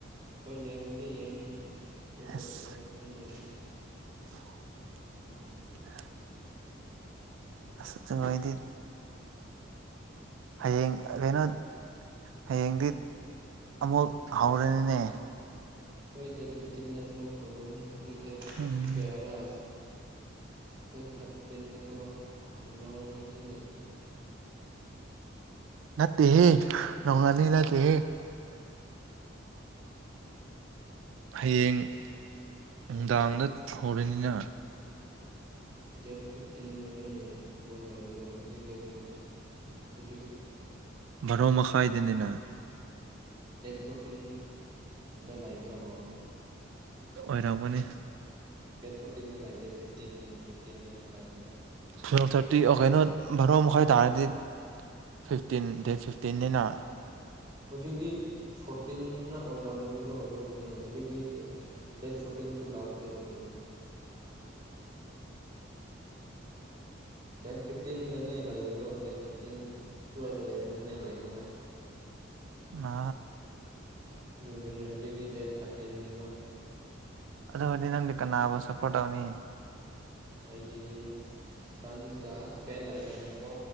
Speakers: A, on the right; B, on the right.
A: ꯍꯣꯏ ꯌꯦꯡꯕꯗꯤ ꯌꯦꯡꯉ ꯑꯗꯨꯒ
B: ꯑꯁ
A: ꯐꯖꯅ <unintelligible>
B: <inaudible> ꯑꯁ ꯍꯥꯛꯆꯥꯢ ꯅꯨꯡꯉꯥꯢꯇꯦ ꯍꯌꯦꯡ ꯀꯩꯅꯣ ꯍꯌꯦꯡꯗꯤ ꯑꯃꯨꯛ ꯍꯧꯔꯦꯅꯦ
A: ꯍꯣꯏ ꯗꯦꯠ ꯐꯤꯞꯇꯤꯟꯗ ꯑꯃꯨꯛ ꯍꯧꯒꯅꯤ ꯍꯧꯖꯤꯛ ꯗꯦꯠ
B: ꯎꯝ
A: ꯀꯌꯥꯔꯥ ꯗꯦꯠ ꯊꯥꯔꯇꯤꯟꯅꯦꯀꯣ ꯅꯣꯡ ꯅꯤꯅꯤ ꯂꯩꯩꯅꯤ
B: ꯅꯠꯇꯦꯍꯦ ꯅꯣꯡꯉꯥꯜꯂꯦ ꯅꯠꯇꯦꯍꯦ ꯍꯌꯦꯡ ꯅꯨꯡꯗꯥꯡꯗ ꯍꯧꯔꯅꯤꯅ
A: ꯗꯦꯠ ꯐꯤꯞꯇꯤꯟꯗꯅꯦ ꯕꯣꯜ ꯂꯩꯕꯗꯣ ꯍꯧꯖꯤꯛ ꯗꯦꯠ ꯐꯣꯔꯇꯤꯟ ꯍꯧꯖꯤꯛꯇꯤ
B: ꯚꯔꯣ ꯃꯈꯥꯏꯗꯅꯤꯅ
A: ꯗꯦꯠ ꯐꯣꯔꯇꯤꯟꯗ ꯂꯩꯕ꯭ꯔꯥ ꯕꯣꯜ
B: ꯑꯣꯏꯔꯝꯒꯅꯤ
A: ꯗꯦꯠ ꯐꯣꯔꯇꯤꯟꯗ ꯂꯩꯇꯦ ꯐꯤꯞꯇꯤꯟ ꯐꯤꯐꯇꯤꯟꯗꯅꯦ ꯂꯩꯕꯗꯣ
B: ꯇꯨꯋꯤꯞ ꯊꯥꯔꯇꯤ ꯑꯣ ꯀꯩꯅꯣ ꯚꯔꯣ ꯃꯈꯥꯏ ꯇꯥꯔꯗꯤ ꯐꯤꯞꯇꯤꯟ ꯗꯦꯠ ꯐꯤꯞꯇꯤꯟꯅꯤꯅ
A: ꯍꯧꯖꯤꯛꯇꯤ ꯐꯣꯔꯇꯤꯟꯅ ꯑꯣꯏꯔꯝꯒꯅꯤꯀꯣ ꯑꯗꯨꯅꯤ ꯍꯧꯖꯤꯛꯇꯤ ꯗꯦꯠ ꯐꯨꯇꯤꯡꯁꯨ ꯂꯥꯛꯇꯦ ꯍꯧꯖꯤꯛ ꯗꯦꯠ ꯐꯤꯞꯇꯤꯟꯗꯅꯦ ꯂꯩꯕꯗꯣ ꯗꯦꯠ ꯐꯤꯞꯇꯤꯟ ꯇꯨꯌꯦꯜꯕꯑꯦ ꯑꯦꯝꯗꯅꯦ ꯂꯩꯕꯗꯣ
B: ꯍꯥ
A: ꯑꯗꯨꯒꯤꯅꯦ ꯍꯧꯖꯤꯛꯇꯤ ꯗꯦꯠ ꯊꯥꯔꯇꯤꯟꯅꯦꯕ
B: ꯑꯗꯨꯒꯅꯤ ꯅꯪꯗꯤ ꯀꯅꯥꯕꯨ ꯁꯄꯣꯔꯠ ꯇꯧꯅꯤ
A: ꯑꯩꯗꯤ ꯐ꯭ꯔꯥꯟꯁꯒ ꯏꯁꯄꯦꯟ ꯂꯩꯕꯅꯤꯅꯀꯣ